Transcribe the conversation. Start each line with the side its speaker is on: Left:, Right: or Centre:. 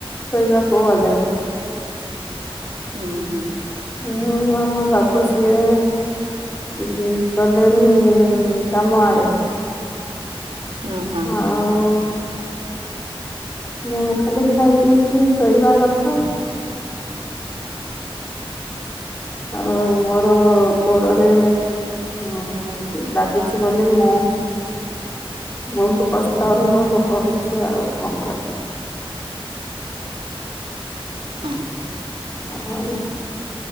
Left: ଶୋଇବାକୁ ଗଲେଣି।
Right: ଅଁ, ହଁ।
Left: ଆଉ ଆମ ବାବୁ ସିଏ <unintelligible> ଗଲେଣିି କାମ ଆଡେ।
Right: ଓ ହୋ।
Left: ଆଉ ମୁଁ ଖାଲି ଖାଇ ପିଇକି ଶୋଇବା କଥା। ଆଉ ମୋର ଗୋଡରେ ଅଁ, ଲାଗିଛି ବୋଲି ମୁଁ ବହୁତ କଷ୍ଟ ଅନୁଭବ କରୁଛି। ଆଉ କଣ କରେ।
Right: ଅଁ, ହଁ।
Left: ଆଉ